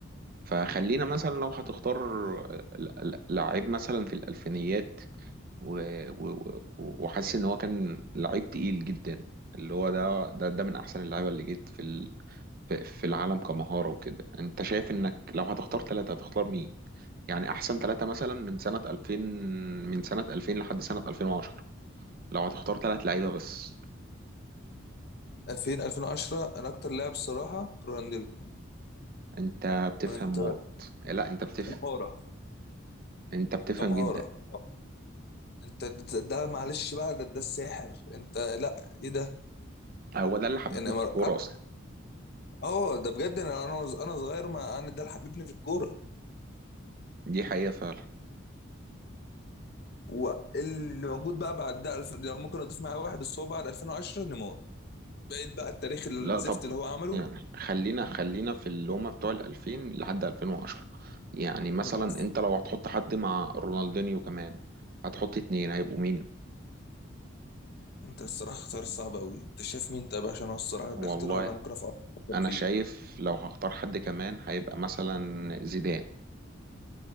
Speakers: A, on the right (about 45°); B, on the left (about 50°).
A: فخلينا مثلا لو هتختار ل- ل- لعيب مثلا في الألفينيات و... و... و- وحاسس إن هو كان لعيب تقيل جدا اللي هو ده ده, ده من أحسن اللعيبة اللي جيت في ال... في في العالم كمهارة وكده أنت شايف إنك لو هتختار ثلاثة هتختار مين؟ يعني أحسن ثلاثة مثلا من سنة 2000 من سنة 2000 لحد سنة 2010 لو هتختار ثلاث لعيبة بس
B: 2000 2010 انا اكتر لاعب الصراحه رونالدينيو
A: أنت بتفهم
B: ولا انت رايك
A: موت لا أنت بتفهم
B: كمهاره
A: أنت بتفهم
B: كمهاره
A: جدا
B: انت ده, ده معلش بقى ده, ده الساحر انت لا ايه ده
A: هو ده اللي حببنا
B: يعني
A: في
B: مر...
A: الكورة أصلا
B: اه ده بجد انا انا انا صغير ما انا ده اللي حببني في الكوره
A: دي حقيقة فعلا
B: واللي موجود بقى بعد ده الف... لو ممكن اضيف معاه واحد بس هو بعد 2010 نيمار بقيت بقى التاريخ الزفت
A: لا طب
B: اللي هو عمله
A: يعني خلينا خلينا في اللي هما بتوع ال 2000 لحد 2010 يعني مثلا
B: من ألف
A: انت لو هتحط حد مع رونالدينيو كمان هتحط اتنين هيبقوا مين
B: انت الصراحه اختار صعب قوي انت شايف مين طيب عشان هو الصراحه ده
A: والله
B: اختيار انا ممكن أفكر أفكر
A: انا
B: فيه
A: شايف لو هختار حد كمان هيبقى مثلا زيدان